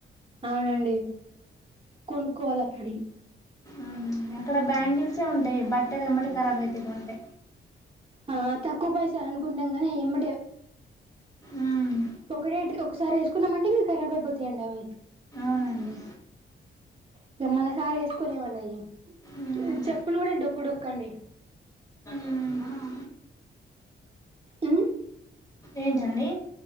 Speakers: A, on the right (about 25°); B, on the left (about 15°).
A: అవునండి కొనుక్కోవాలి అక్కడి
B: అవునండి అక్కడ బ్యాంగిల్సే ఉంటాయి బట్టలు ఎమ్మటె ఖరాబ్యతాయ్ కొంటే
A: ఆ తక్కువ పైసలు అనుకుంటాం కానీ ఆయి ఎమ్మటే
B: మ్మ్
A: ఒకటే ఒకసారి వేసుకున్నామంటే ఇగ ఖరాబ్ అయిపోతాయండి అవి
B: అవునండి
A: ఇక మనసార వేసుకోలేము అండి
B: మ్మ్
A: అవి చెప్పులు కూడా డొక్కు డొక్కండి
B: మ్మ్
A: ఉ
B: ఏంటండి